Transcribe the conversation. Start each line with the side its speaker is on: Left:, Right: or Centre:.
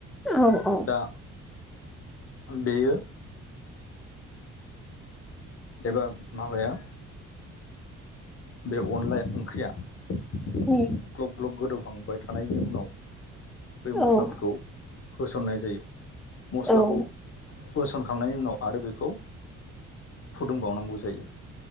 Centre: औ-औ।
Left: दा बेयो। एबा माबाया बे अनला ओंख्रिया ग्लब-ग्लब
Centre: उम
Left: गोदौ संबाय थानायनि उनाव बे मस्लाफोरखौ
Centre: औ
Left: होसननाय जायो। मस्लाखौ।
Centre: औ उम
Left: होसनखांनायनि उनाव आरो बेखौ फुदुंबावनांगौ जायो।